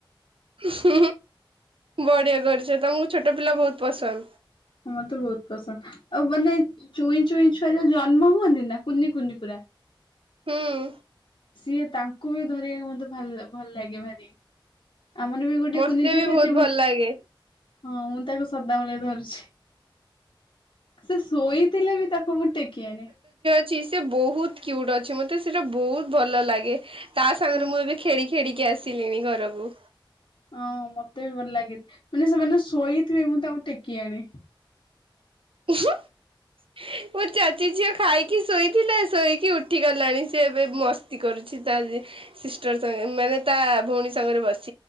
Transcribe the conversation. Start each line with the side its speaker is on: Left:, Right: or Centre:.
Right: ହଁ। ବଢିଆ କରିୁଛ ତ ମୁ ଛୋଟ ପିଲା ବହୁତ ପସନ୍ଦ।
Left: ହଁ ମତେ ବହୁତ ପସନ୍ଦ ଆଉ ମାନେ ଚୁଇଁ ଚୁଇଁ ଛୁଆ ଯୋଉ ଜନ୍ମ ହୁଅନ୍ତି ନା କୁନି କୁନି ପୁରା
Right: ହୁଁ
Left: ସିଏ ତାଙ୍କୁ ବି ଧରିବାକୁ ମତେ ଭଲ ଲାଗେ ଭାରି। ଆମର ବି ଗୋଟେ
Right: ମତେ
Left: କୁନିଜେଠ
Right: ବି ବହୁତ
Left: ଅଛି ହଁ
Right: ଭଲ ଲାଗେ।
Left: ମୁଁ ତାକୁ ସଦା ବୋଲି ଭାବଛି। ସେ ଶୋଇଥିଲେ ବି ତାକୁ ମୁଁ ଟେକିଣ
Right: ଅ ସେ ବହୁତ କୁଟ ଅଛି ମତେ ସେଟା ବହୁତ ଭଲ ଲାଗେ। ତା ସାଙ୍ଗରେ
Left: ହଁ
Right: ମୁଁ ଏବେ ଖେଳିକି ଖେଡିକି ଆସିଲିଣିି ଘରକୁ।
Left: ହଁ ମତେ ବି ଭଲ ଲାଗେନ ମାନେ ସେମାନେ ଶୋଇଥିବେ ମୁଁ ତାଙ୍କୁ ଟେକି ଆଣି
Right: ମୋ ଚାଚୀ ଝିଅ ଖାଇକି ଶୋଇଥିଲା ଶୋଇକି ଉଠି ଗଲାଣି ସେ ଏବେ ମସ୍ତି କରୁଛି ତା ସିଷ୍ଟରେ ମାନେ ତା ଭଉଣୀ ସାଙ୍ଗରେ ବସି